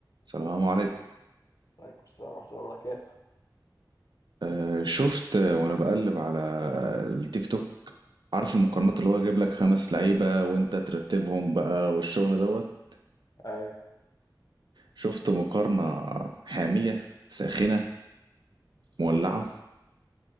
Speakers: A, on the right (about 65°); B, on the left (about 50°).
A: السلام عليكم
B: عليكم السلام ورحمة الله وبركاته
A: آه، شفت آه، وانا بقلب على التيك توك عارف المقارنات اللي هو يجيب لك خمس لعيبة وانت ترتبهم بقى والشغل دوت
B: ايوه
A: شفت مقارنة حامية ساخنة مولعة